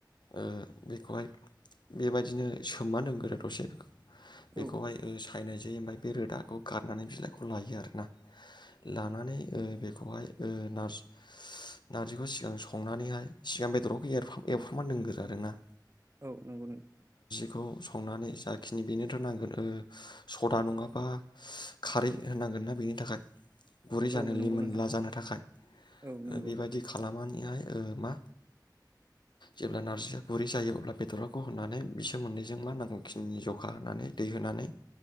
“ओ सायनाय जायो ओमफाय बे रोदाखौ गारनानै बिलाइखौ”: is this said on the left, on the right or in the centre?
Left